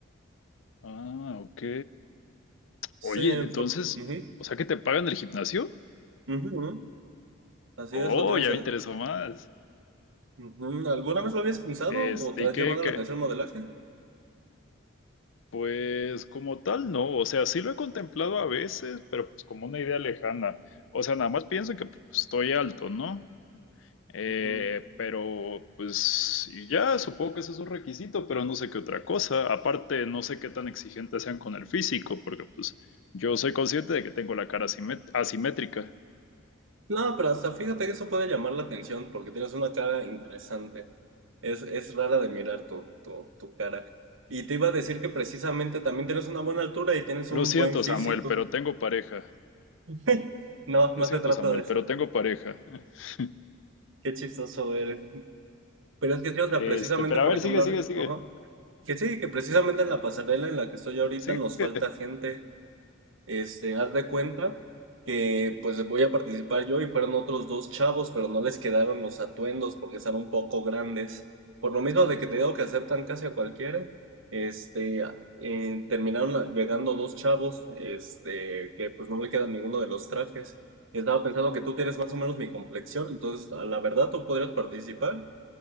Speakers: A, on the left (about 70°); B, on the right (about 70°).
A: Ah, ok.
B: Sí,
A: Oye, entonces,
B: por- ujú,
A: o sea que te pagan el gimnasio?
B: ujú, Así
A: Oh,
B: es, lo tienes.
A: ya
B: a-
A: me interesó más.
B: Ujú, ¿Alguna vez lo habías pensado
A: Este,
B: o te
A: ¿y
B: ha llamado
A: qué, qué?
B: la atención el modelaje?
A: Pues como tal, no. O sea, sí lo he contemplado a veces, pero pues como una idea lejana. O sea, nada más pienso que pues, estoy alto, ¿no? Eh,
B: Ujú.
A: pero pues y ya, supongo que ese es un requisito, pero no sé qué otra cosa. Aparte, no sé qué tan exigentes sean con el físico, porque pues yo soy consciente de que tengo la cara asimet- asimétrica.
B: No, pero hasta fíjate que eso puede llamar la atención porque tienes una cara interesante. Es, es rara de mirar tu, tu, tu cara. Y te iba a decir que precisamente también tienes una buena altura y tienes
A: Lo
B: un
A: siento,
B: buen físico.
A: Samuel, pero tengo pareja.
B: <laughs> No,
A: Lo
B: no
A: siento,
B: se trata
A: Samuel,
B: de eso.
A: pero tengo pareja. <laughs>
B: Qué chistoso eres. Pero es que sí, o sea,
A: Este,
B: precisamente,
A: pero
B: por
A: a ver,
B: ejemplo,
A: sigue, sigue,
B: ahorita,
A: sigue.
B: ajá, que sí, que precisamente en la pasarela en la que estoy ahorita
A: Sigue.
B: nos falta gente. Este, haz de cuenta que pues voy a participar yo y fueron otros dos chavos, pero no les quedaron los atuendos porque están un poco grandes. Por lo mismo de que te digo que aceptan casi a cualquiera, este, a- eh, terminaron a- llegando dos chavos, este, que pues no le quedan ninguno de los trajes. Y estaba pensando que tú tienes más o menos mi complexión, entonces a la verdad tú podrías participar.